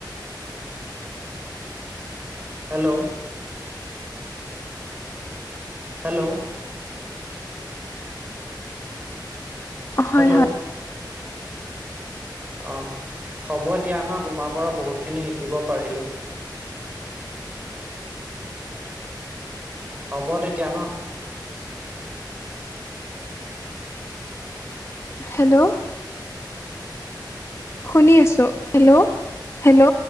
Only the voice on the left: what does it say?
অ', হয়
হয়।
হেল্ল'। শুনি আছো। হেল্ল'-হেল্ল'।